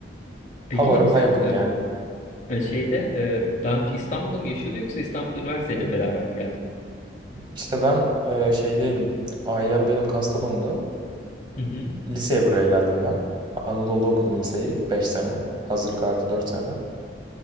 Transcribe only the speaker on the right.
Ha varım
ha yokum
yani.
İşte ben e, şeydeydim. Ailem benim Kastamonu'da.
Liseye buraya geldim ben. Anadolu'da okudum liseyi 5 sene. Hazırlık artı 4 sene.